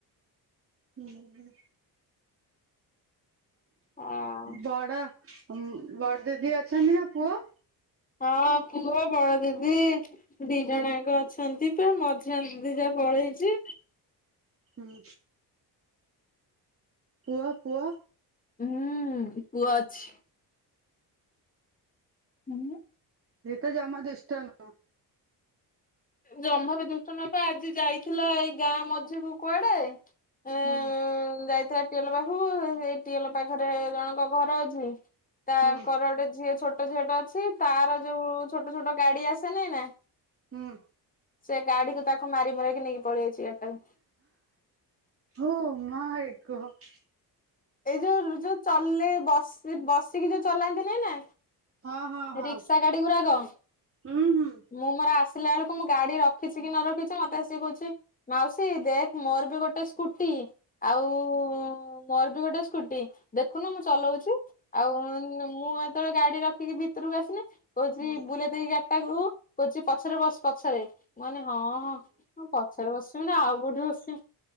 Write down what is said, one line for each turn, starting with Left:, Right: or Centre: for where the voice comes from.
Right: ହୁଁ ହୁଁ।
Left: ହଁ
Right: ବଡ ବଡ ଦିଦି ଅଛନ୍ତି ନା ପୁଅ।
Left: ହଁ ପୁଅ ବଡ ଦିଦି। ଦି ଜଣ ଆକ ଅଛନ୍ତି ବା ମଝିଆ ଦିଦି ଯା ପଳେଇଛି।
Right: ହୁଁ। ପୁଅ ପୁଅ।
Left: ହୁଁ ପୁଅ ଅଛି। ହୁଁ।
Right: ଏତ ଜମା ଦୁଷ୍ଟ ନୁ
Left: ଜମା ବି ଦୁଷ୍ଟ ନଥିଲା, ଆଜି ଯାଇଥିଲା ଏଇ ଗାଁ ମଝିକୁ କୁଆଡେ
Right: ନୁହଁ
Left: ଏ ଯାଇଥିଲା ଟିଅଲ ପାଖକୁ, ସେଇ ଟିଅଲ ପାଖରେ ଜଣଙ୍କ ଘର ଅଛି-' ତାଙ୍କର
Right: ହୁଁ
Left: ଗୋଟେ ଝିଅ ଛୋଟ ଝିଅ ଟେ ଅଛି। ତାର ଯୋଉ ଛୋଟ ଛୋଟ ଗାଡି ଆସେନିନା
Right: ହୁଁ।
Left: ସେ ଗାଡିକୁ ତାକୁ ମାରି ମୁରାକି ନେଇକି ପଳେଇଆଇଚି ଗାଡ଼ିଟାକୁ।
Right: ଓ ମାଇଁ ଗଡ୍।
Left: ଏଇ ଯୋଉ ଯୋଉ ଚଲେ ବସି-ବସିକି ଯୋଉ ଚଲାନ୍ତିନି ନା
Right: ହଁ ହଁ ହଁ
Left: ରିକ୍ସା ଗାଡି ଗୁଡାକ
Right: ହୁଁ ହୁଁ
Left: ମୁଁ ମୋର ଆସିଲା ବେଳକୁ ମୁଁ ଗାଡି ରଖିଛି କି ନ ରଖିଛି ମତେ ଆସିକି କହୁଛି ମାଉସୀ ଦେଖ୍ ମୋର ବି ଗୋଟେ ସ୍କୁଟି। ଆଉ ମୋର ବି ଗୋଟେ ସ୍କୁଟି। ଦେଖୁନ ମୁଁ ଚଲଉଛି। ଆଉ ମୁଁ ଏତେବେଳେ ଗାଡି ରଖିକି ଭିତରକୁ ଆସିନି କହୁଛି
Right: ହୁଁ
Left: ବୁଲେଇ ଦେଇକି ଗାଡି ଟାକୁ କହୁଛି ପଛରେ ବସ୍ ପଛରେ। ମୁଁ କହିନି ହଁ। ମୁଁ ପଛରେ ବସିବିନା ଆଉ କୋଉଠି ବସିବି।